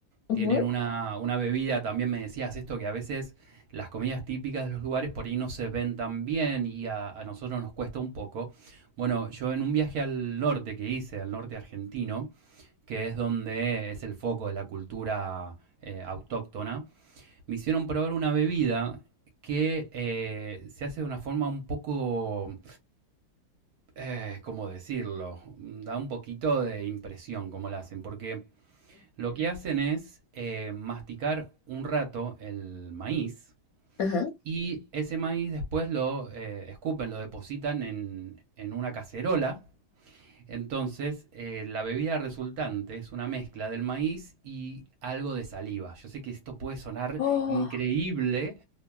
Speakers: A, on the left; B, on the right.
A: Ujú,
B: tienen una, una bebida, también me decías esto, que a veces las comidas típicas de los lugares por ahí no se ven tan bien y a, a nosotros nos cuesta un poco. Bueno, yo en un viaje al norte que hice, al norte argentino, que es donde es el foco de la cultura eh, autóctona, me hicieron probar una bebida que eh, se hace de una forma un poco eh, ¿cómo decirlo? Da un poquito de impresión cómo lo hacen, porque lo que hacen es eh, masticar un rato el maíz
A: ajá.
B: y ese maíz después lo eh, escupen, lo depositan en, en una cacerola. Entonces, eh, la bebida resultante es una mezcla del maíz y algo de saliva. Yo sé que esto puede sonar
A: Oh,
B: increíble,